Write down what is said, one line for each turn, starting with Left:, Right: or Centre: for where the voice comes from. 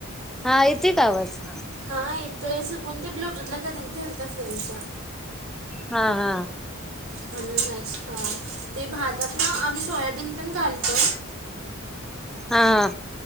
Centre: हा येते का आवाज? हा.
Right: हा येतोय सुकून ते ब्लूटूथला कनेक्ट झालता फ्रेनच्या.
Centre: हा हा.
Right: म्हणूनच, हा ते भातात ना आम्ही सोयाबीन पण घालतो.
Centre: हा हा.